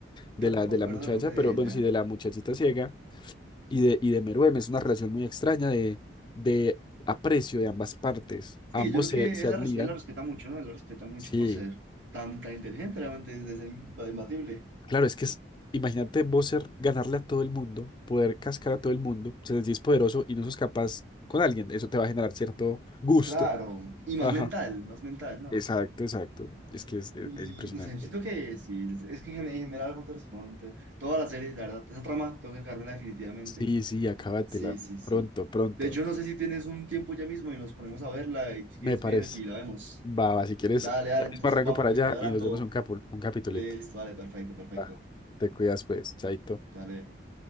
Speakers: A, on the left (about 25°); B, on the right (about 85°).
A: de
B: Tampoco
A: la, de
B: me
A: la
B: acuerdo
A: muchacha,
B: el nombre de
A: pero
B: ella.
A: bueno, sí, de la muchachita ciega y de, y de Meruem. Es una relación muy extraña de, de aprecio de ambas partes.
B: Sí,
A: Ambos
B: yo creo
A: se,
B: que
A: se
B: él
A: admiran.
B: la, res- él la respeta mucho, ¿no? Él la respeta mucho
A: Sí.
B: por ser tan, tan inteligente, realmente, desde ser imba- imbatible.
A: Claro, es que es, imagínate vos ser, ganarle a todo el mundo, poder cascar a todo el mundo, se les dice poderoso y no sos capaz con alguien. Eso te va a generar cierto gusto.
B: Claro, y más
A: Ajá.
B: mental, más mental, ¿no?
A: Exacto, exacto. Es que es, es-
B: Y
A: es impresionante.
B: no sé, siento que sí, es es que en gen- en general Hunter x Hunter, toda la serie, la verdad, esa trama, tengo que cargarla definitivamente.
A: Sí, sí, acábatela.
B: Sí, sí, sí.
A: Pronto, pronto.
B: De hecho, no sé si tienes un tiempo ya mismo y nos ponemos a verla y si quieres
A: Me parece.
B: vienes y la vemos.
A: Va, va, si quieres,
B: Dale, dale,
A: ya
B: entonces
A: mismo arranco
B: vamos
A: para allá
B: cuadrando.
A: y nos vemos un capo, un capitulito.
B: Listo, vale, perfecto, perfecto.
A: Va, te cuidas pues, chaito.
B: Dale.